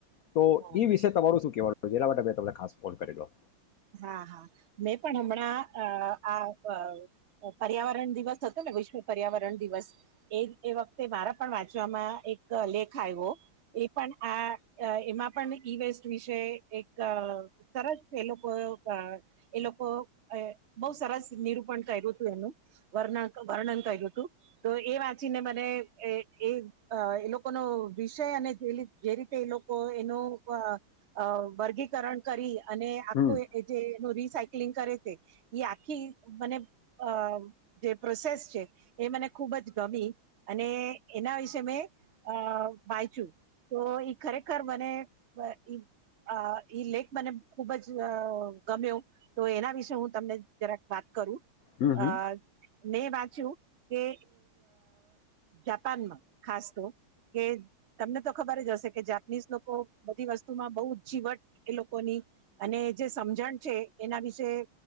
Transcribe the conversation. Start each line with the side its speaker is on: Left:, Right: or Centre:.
Left: તો
Right: હમ
Left: ઈ વિશે તમારું શું કહેવાનું? કે જેના માટે મેં તમને ખાસ ફોન કરેલો.
Right: હા, હા. મેં પણ હમણાં અહ આ અહ પર્યાવરણ દિવસ હતો ને વિશ્વ પર્યાવરણ દિવસ, એ-એ વખતે મારા પણ વાંચવામાં એક લેખ આયવો, એ પન આ એમાં પણ ઈ વેસ્ટ વિશે એક સરસ એ લોક કો અહ એ લોકો બહુ સરસ નિરૂપણ કર્યું તું એનું, વર્ણાંક, વર્ણન કર્યું તું, તો એ વાંચીને મને એ-એ અહ ઈ લોકોનો વિષય અને જે રી જે રીતે એ લોકો એનું અહ વર્ગીકરણ અહ કરી અને
Left: હમ.
Right: કો એ જે એનું રિસાય કલિન કરે તે, ઈ આખી મને અહ જે પ્રોસેસ છે એ મને ખૂબ જ ગમી, અને એના વિશે મેં અહ વાંચ્યું, તો ઈ ખરેખર મને વ ઈ અહ ઈ લેખ મને ખૂબ જ અહ ગમ્યો, તો એના વિશે હું તમને જરાક વાત કરું.
Left: હમ,
Right: અહ
Left: હમ.
Right: મે વા કે જાપાનમાં ખાસ તો કે તમને તો ખબર જ હશે કે જાપાનીઝ લોકો બધી વસ્તુમાં બહુ જીવટ એ લોકોની અને જે સમજણ છે એના વિશે